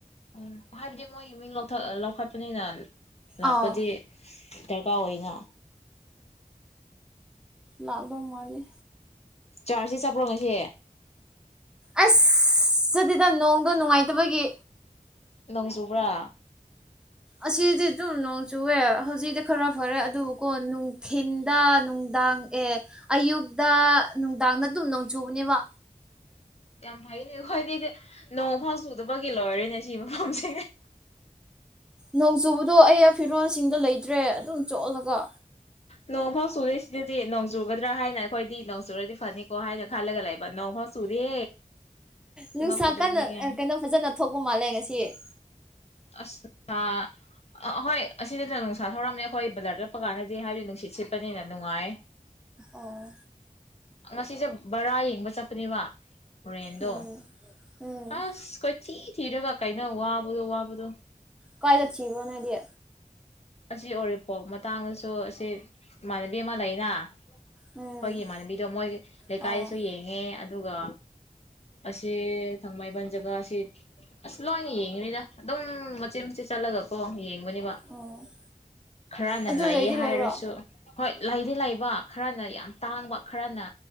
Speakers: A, on the left; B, in the centre.
A: ꯎꯝ ꯍꯥꯏꯕꯗꯤ ꯃꯣꯏꯒꯤ ꯃꯤꯡ ꯂꯧꯊ ꯂꯧꯈꯠꯄꯅꯤꯅ ꯂꯥꯛꯄꯗꯤ
B: ꯑꯥꯎ
A: ꯗꯔꯀꯥꯔ ꯑꯣꯏꯅ
B: ꯂꯥꯛꯀꯗꯧ ꯃꯥꯜꯂꯦ꯫
A: ꯆꯥꯔꯆꯁꯤ ꯆꯠꯄ꯭ꯔꯣ ꯉꯁꯤ?
B: ꯑꯁ ꯆꯠꯇꯦꯗ ꯅꯣꯡꯗꯣ ꯅꯨꯡꯉꯥꯏꯇꯕꯒꯤ꯫
A: ꯅꯣꯡ ꯆꯨꯕ꯭ꯔꯥ?
B: ꯑꯁꯤꯗꯤ ꯑꯗꯨꯝ ꯅꯣꯡ ꯆꯨꯑꯦ ꯍꯧꯖꯤꯛꯗ ꯈꯔ ꯐꯔꯦ ꯑꯗꯨꯕꯨꯀꯣ ꯅꯨꯡꯊꯤꯟꯗ ꯅꯨꯡꯗꯥꯡ ꯑꯦ ꯑꯌꯨꯛꯗ ꯅꯨꯡꯗꯥꯡꯗ ꯑꯗꯨꯝ ꯅꯣꯡꯆꯨꯕꯅꯦꯕ꯫
A: ꯌꯥꯝ ꯐꯩꯅꯦ ꯈꯣꯏꯗꯤꯗꯤ ꯅꯣꯡ ꯐꯥꯎ ꯆꯨꯗꯕꯒꯤ ꯂꯣꯏꯔꯦꯅꯦ ꯁꯤ ꯃꯐꯝꯁꯦ꯫
B: ꯅꯣꯡ ꯆꯨꯕꯗꯣ ꯑꯩ ꯐꯤꯔꯣꯜꯁꯤꯡꯗꯣ ꯂꯩꯇ꯭ꯔꯦ ꯑꯗꯨꯝ ꯆꯣꯠꯂꯒ
A: ꯅꯣꯡ ꯐꯥꯎ ꯆꯨꯨꯗꯦ ꯁꯤꯗꯗꯤ ꯅꯣꯡ ꯆꯨꯒꯗ꯭ꯔꯥ ꯍꯥꯏꯅ ꯑꯩꯈꯣꯏꯗꯤ ꯅꯣꯡ ꯆꯨꯔꯗꯤ ꯐꯅꯤꯀꯣ ꯍꯥꯏꯅ ꯈꯜꯂꯒ ꯂꯩ ꯕ ꯅꯣꯡꯐꯧ ꯆꯨꯗꯦ
B: ꯅꯨꯡꯁꯥ
A: ꯅꯣꯛꯄꯨ ꯅꯣꯛꯅꯤꯡ
B: ꯀꯟꯅ
A: ꯉꯦ꯫
B: ꯀꯩꯅꯣ ꯐꯖꯅ ꯊꯣꯛꯄ ꯃꯥꯜꯂꯦ ꯉꯁꯤ
A: ꯑꯁ ꯑ ꯑ ꯑꯍꯣꯏ ꯑꯁꯤꯗꯁꯨ ꯅꯨꯡꯁꯥ ꯊꯧꯔꯝꯅꯦ ꯑꯩꯈꯣꯏ ꯕꯖꯥꯔ ꯆꯠꯄ ꯀꯥꯟꯗꯗꯤ ꯍꯥꯏꯕꯗꯤ ꯅꯨꯡꯁꯤꯠ ꯁꯤꯠꯄꯅꯤꯅ ꯅꯨꯡꯉꯥꯏ꯫
B: ꯑꯣ
A: ꯉꯁꯤꯁꯦ ꯕꯔꯥ ꯌꯦꯡꯕ ꯆꯠꯄꯅꯦꯕ꯫ ꯔꯦꯟꯗꯣ
B: ꯎꯝ ꯎꯝ
A: ꯑꯁ ꯀꯣꯏꯊꯤ ꯊꯤꯔꯒ ꯀꯩꯅꯣ ꯋꯥꯕꯗꯣ ꯋꯥꯕꯗꯣ!
B: ꯀꯥꯏꯗ ꯊꯤꯕ ꯅꯣꯏꯗꯤ?
A: ꯑꯁꯤ ꯑꯣꯔꯤꯄꯣꯛ ꯃꯇꯥꯡꯗꯁꯨ ꯑꯁꯤ ꯏꯃꯥꯟꯅꯕꯤ ꯑꯃ ꯂꯩꯅ
B: ꯎꯝ
A: ꯑꯩꯈꯣꯏꯒꯤ ꯏꯃꯥꯟꯅꯕꯤꯗꯣ ꯃꯣꯏꯒꯤ ꯂꯩꯀꯥꯏꯁꯨ
B: ꯑꯣ
A: ꯌꯦꯡ ꯪꯉꯦ ꯑꯗꯨꯒ ꯑꯁꯤ ꯊꯥꯡꯃꯩꯕꯟ ꯖꯒꯥꯁꯤ ꯑꯁ ꯂꯣꯏꯅ ꯌꯦꯡꯉꯅꯤꯗ ꯑꯗꯨꯝ ꯃꯆꯤꯠ ꯃꯆꯤꯠ ꯆꯠꯂꯒꯀꯣ ꯌꯦꯡꯕꯅꯦꯕ
B: ꯎꯝ
A: ꯈꯔꯅ
B: ꯑꯗꯨ
A: ꯂꯩꯌꯦ
B: ꯂꯩꯗꯤ ꯂꯩꯕ꯭ꯔꯣ
A: ꯍꯥꯏꯔꯁꯨ ꯍꯣꯏ ꯂꯩꯗꯤ ꯂꯩꯕ ꯈꯔꯅ ꯌꯥꯝ ꯇꯥꯡꯕ ꯈꯔꯅ